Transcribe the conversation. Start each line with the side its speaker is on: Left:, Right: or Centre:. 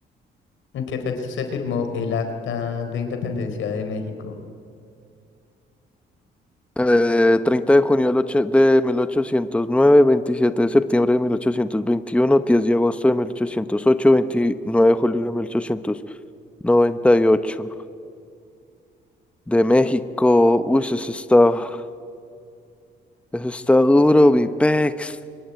Left: ¿En qué fecha se firmó el Acta de Independencia de México?
Centre: Eh, 30 de junio del ocho- de 1809, 27 de septiembre de 1821, 10 de agosto de 1808, veintinueve de julio de mil ochocientos noventa y ocho, De México, uy, eso está, eso está duro, mi pex.